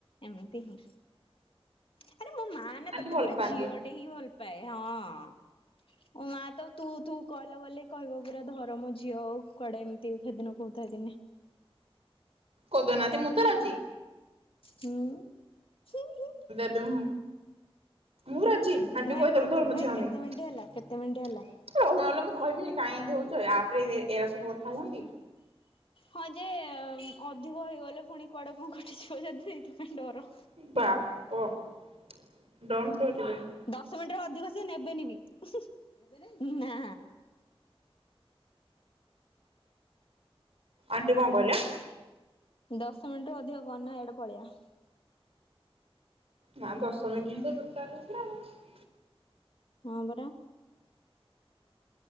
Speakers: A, on the left; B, on the right.
A: ଏମିତି ହିଁ। ଆରେ ମୋ ମା ନା
B: ଆଣ୍ଟି
A: ତୋତେ
B: ଭଲ
A: ପରା
B: ପାଆନ୍ତି
A: ଝିଅ ଟେ ହିଁ ଭଲ ପାଏ ହଁ, ମୋ ମା ତ ତୁ ତୁ କଲ୍ କଲେ କହିବ ପୁରା ଧରମ ଝିଅ ଆଉ କୁଆଡେ ଏମିତି ସେଦିନ କହୁଥାଏ ଦିନେ।
B: କୋଦଉ ନାହାତି ମୁଁ ତ ରାଜିି।
A: ହୁଁ, ହୁଁ, ହୁଁ।
B: ଦେବେ ମୁଁ ମୁଁ ରାଜି
A: କେତେ
B: ଆଣ୍ଟି
A: ଭେନ୍
B: କୁ କହିଦବୁ
A: କେତେ
B: ମୁଁ ଧରମ
A: ଭେନ୍
B: ଝିଅ ହେମି।
A: କେତେ ମିନିଟ୍
B: ତୁ
A: ହେଲା କେତେ ମିନିଟ୍ ହେଲା।
B: ରହୁନ ହେଲେ ମୁଁ କହିବିନି କାଇଁ ଏମିତି ହଉଛ ଏ। ଆପ୍ ରେ ଏ- ଏରା ସବୁ କଥା ହୁଅନ୍ତି।
A: ହଁ ଯେ ଅଧିକ ହେଇଗଲେ ପୁଣି କୁଆଡେ କଣ କଟିଯିବ ଯଦି ଏଇଥିପାଇଁ ଡର।
B: ବାପ <unintelligible>
A: ଦଶ ମିନିଟ୍ ର ଅଧିକ ସେ ନେବେନି ବି। ହୁଁ- ହୁଁ-ନା।
B: ଆଣ୍ଟି କଣ କହିଲା?
A: ଦଶ ମିନିଟ୍ ରୁୁ ଅଧିକ କନେ ଏଠି ପଳିଆ।
B: ନା ଦଶମିନିଟ୍ ହିଁ ତୋ ଟୋଟାଲ୍‌ ହେଇଛି ଆଉ।
A: ହଁ ପରା।